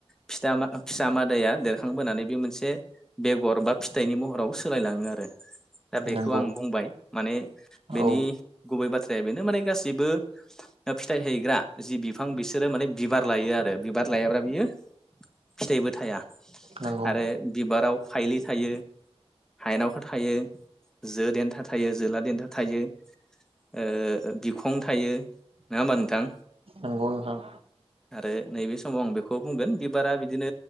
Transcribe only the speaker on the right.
नंगौ
औ
नंगौ
नंगौ नोंथां